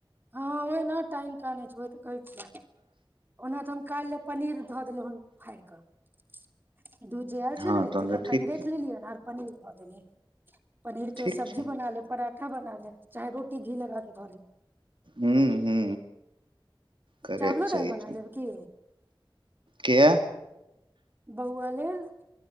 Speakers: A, on the right; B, on the right.
A: हँ ओहिना टाइंगि कानै छै ओ तऽ कहै छियै ओना तऽ हम काल्हि लए पनीर धऽ देलहुँ हेन फाड़ि कऽ दूध जे आयल छलै
B: हँ तहन
A: तऽ एकर
B: ठीक
A: कनि राखि लेलियै आर पनीर धऽ देलियै पनीर के
B: ठीक
A: सब्जी
B: छै
A: बना लेब पराठा बना लेब चाहे रोटी घीे लगाक धऽ देब
B: ह ह करय
A: चावलो
B: सही
A: दालि बना
B: छै
A: लेब की
B: के
A: बौआ लेल